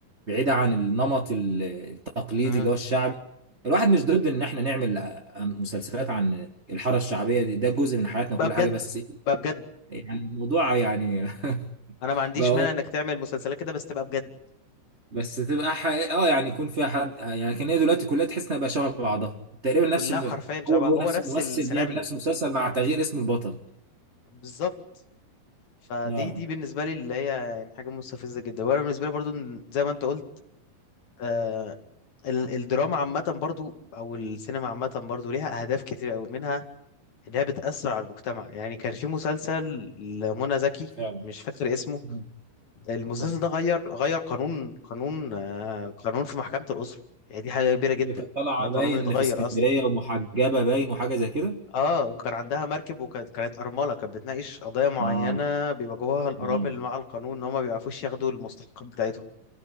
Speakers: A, on the right; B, on the left.
A: بعيده عن النمط ال- التقليدي
B: امم
A: اللي هو الشعبي الواحد مش ضد ان احنا نعمل آه، مسلسلات عن الحاره الشعبيه دي ده جزء من حياتنا كل
B: بقى بجد
A: حاجه بس
B: بقى بجد
A: يعني الموضوع يعني
B: انا
A: <laughs>
B: ما عنديش
A: بقى
B: مانع انك تعمل مسلسلات كده بس تبقى بجد
A: بس تبقى حقيقة اه يعني يكون فيها حد يعني كان هي دلوقتي كلها تحس انها بقى شبه بعضها تقريبا نفس
B: كلها
A: الم...
B: حرفيا شبه
A: هو هو
B: هو
A: نفس
B: نفس
A: الممثل
B: السيناريو
A: بيعمل نفس المسلسل مع تغيير اسم البطل
B: بالظبط فدي
A: اه
B: دي بالنسبه لي اللي هي يعني حاجه مستفزه جدا وانا بالنسبه لي برضو إن- زي ما انت قلت آه ال- الدراما عامه برضو او السينما عامه برضو ليها اهداف كتير قوي منها انها بتاثر على المجتمع يعني كان في مسلسل لمنى زكي
A: فعلا
B: مش فاكر اسمه
A: مم.
B: المسلسل
A: مم.
B: ده غير غير قانون قانون آه قانون في محكمه الاسره يعني دي حاجه كبيره جدا
A: اللي كانت طالعه
B: ان القانون
A: باين
B: يتغير
A: في اسكندريه
B: اصلا
A: ومحجبه باين وحاجه زي كده
B: اه وكان عندها مركب وكانت كانت ارمله كانت بتناقش قضايا معينه
A: اه
B: بيواجهوها الارامل
A: اه
B: مع القانون ان هم ما بيعرفوش ياخدوا المستحق بتاعتهم